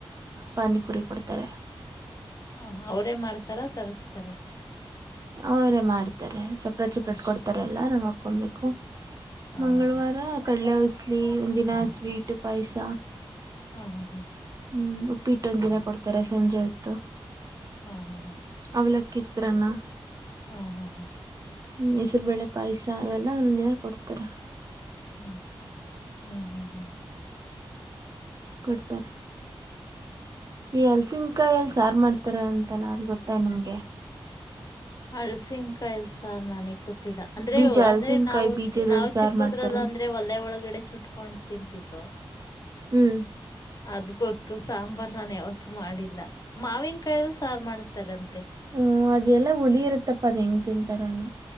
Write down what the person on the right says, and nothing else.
ಪಾನಿಪುರಿ ಕೊಡ್ತಾರೆ.
ಅವ್ರೇ ಮಾಡ್ತಾರೆ ಸಪ್ರೇಟ್ ಸಪ್ರೇಟ್
ಕೊಡ್ತಾರೆ ಎಲ್ಲ ನಾವು ಹಾಕೊಬೇಕು
ಮಂಗಳವಾರ
ಕಡಲೆ ಉಸ್ಲಿ ಒಂದಿನ ಸ್ವೀಟ್ ಪಾಯಸ.
ಹ್ಮ್ ಉಪ್ಪಿಟ್ಟ ಒಂದ ದಿನ ಕೊಡ್ತಾರೆ ಸಂಜೆ ಹೊತ್ತು.
ಅವಲಕ್ಕಿ ಚಿತ್ರನ್ನ.
ಹ್ಮ್ ಹೆಸರು ಬೇಳೆ ಪಾಯಸ ಅವೆಲ್ಲ ಒಂದಂದ ದಿನ ಕೊಡ್ತಾರ.
ಕೊಡ್ತಾರೆ. ಈ ಹಲಸಿನಕಾಯಿ ಸಾರು ಮಾಡ್ತಾರೆ ಅಂತಲ್ಲ ಅ ಗೊತ್ತಾಯ ನಿಮ್ಗೆ.
ಬೀಜ ಹಲಸಿನಕಾಯಿ
ಬೀಜದಲ್ಲಿ
ಸಾರು
ಮಾಡ್ತಾರಂತೆ
ಹ್ಮ್.
ಹ್ಮ್ ಅದೆಲ್ಲಾ ಹುಳಿ ಇರತ್ತಪ್ಪ ಅದ್ ಹೆಂಗ್ ತಿಂತಾರ ಏನ